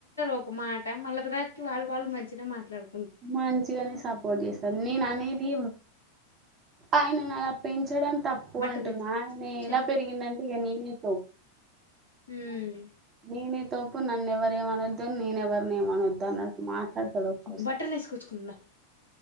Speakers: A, on the left (about 75°); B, on the right (about 25°).
A: ఒక మాట మళ్ళ తరాత్కి వాళ్ళ్ వాళ్ళు మంచినే మాట్లాడు
B: మంచిగానే సపోర్ట్ చేస్తాను నేననేది ఆయననలా పెంచడం తప్పు
A: బట్టలు
B: అంటున్నా
A: వేసుకో
B: ఆయన
A: చ
B: ఎలా పెరిగిండంటే ఇక నేనే తో
A: మ్మ్
B: నీనే తోపు నన్నెవరేమనద్దు నీనెవర్నేమనద్ద్ దనట్ మాట్లాడతడొక్కోస
A: బట్టలు వేసుకొచ్చుకుందా